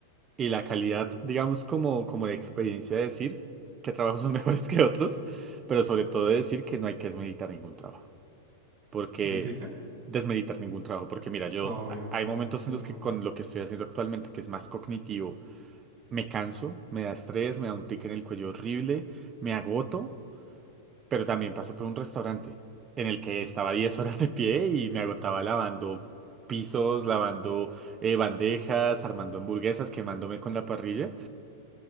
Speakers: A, on the right; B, on the right.
A: y la calidad, digamos, como, como de experiencia de decir que trabajos son <laughs> mejores que otros, pero sobre todo de decir que no hay que meditar ningún trabajo. porque
B: ¿De qué qué?
A: desmeritar ningún trabajo. Porque mira, yo
B: No, obvio.
A: ha- hay momentos
B: Sí,
A: en los
B: no.
A: que con lo que estoy haciendo actualmente, que es más cognitivo, me canso, me da estrés, me da un tic en el cuello horrible, me agoto, pero también pasé por un restaurante en el que estaba diez <laughs> horas de pie y me agotaba lavando pisos, lavando eh, bandejas, armando hamburguesas, quemándome con la parrilla.